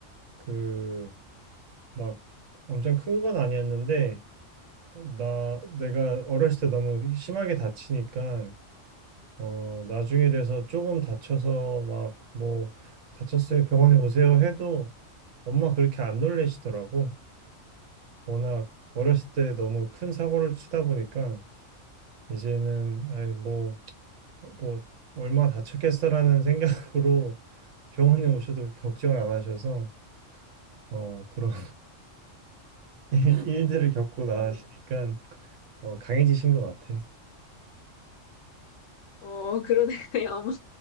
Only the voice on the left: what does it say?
어,
어, 그러네. <laughs> 어머,